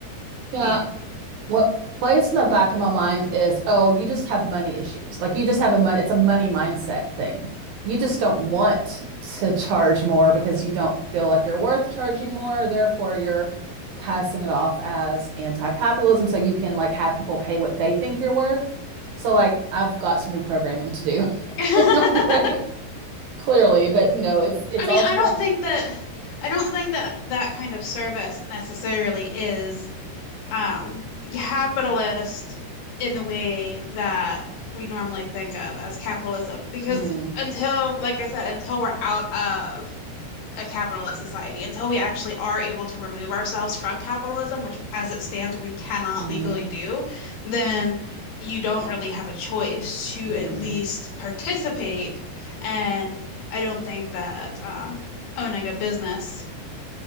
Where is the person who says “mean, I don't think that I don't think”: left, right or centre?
Left